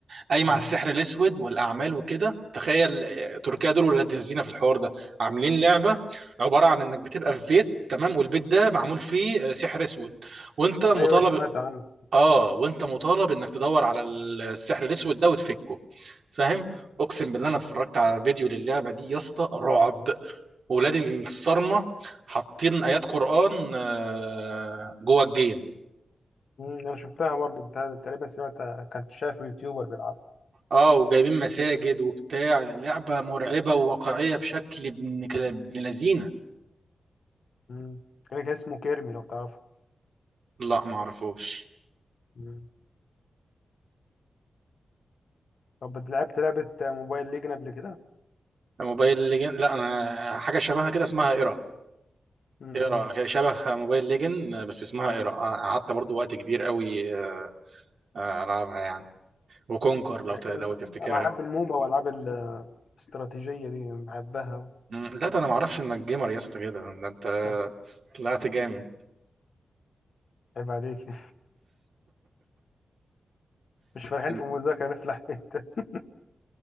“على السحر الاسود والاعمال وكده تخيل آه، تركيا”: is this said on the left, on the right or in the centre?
Right